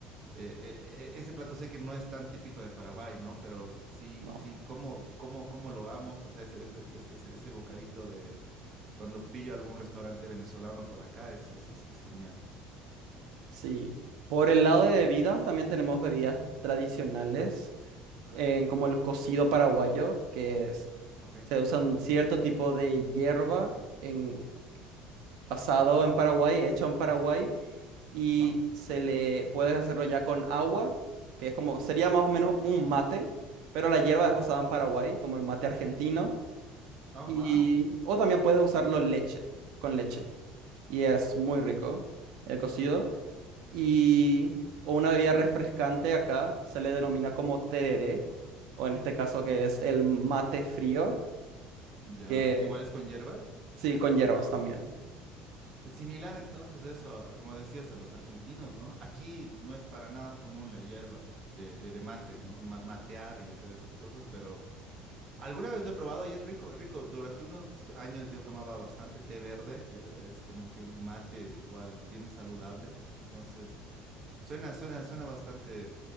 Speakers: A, on the right; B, on the right.
A: eh, eh, e- ese plato sé que no es tan típico de Paraguay, ¿no? Pero sí,
B: ¿no?
A: sí, cómo, cómo, cómo lo amo. O sea, ese, ese, ese- ese- ese bocadito de cuando pillo algún restaurante venezolano por acá es, es, es, es genial.
B: Sí. Por el lado de bebidas, también tenemos bebidas tradicionales, eh, como el cocido paraguayo, que es,
A: Ok,
B: se usa un cierto tipo de hierba en, basado en Paraguay, hecho en Paraguay, y
A: wow.
B: se le puedes hacerlo ya con agua, que es como, sería más o menos un mate, pero la hierba es basada en Paraguay, como el mate argentino,
A: Oh,
B: y,
A: wow.
B: o también puedes usarlo leche, con leche, y es muy rico el cocido y o una bebida refrescante acá se le denomina como tereré, o en este caso que es el mate frío,
A: Ya.
B: que
A: ¿Igual es con hierbas?
B: sí, con hierbas también.
A: Es Similar entonces eso, a- como decías, a los argentinos, ¿no? Aquí no es para nada común la hierba de, de, de mate, ¿no? Ma- matear y hacer esas cosas, pero alguna vez lo he probado y es rico, es rico. Durante unos años yo tomaba bastante té verde, que es como que un mate igual bien saludable. Entonces, suena, suena, suena bastante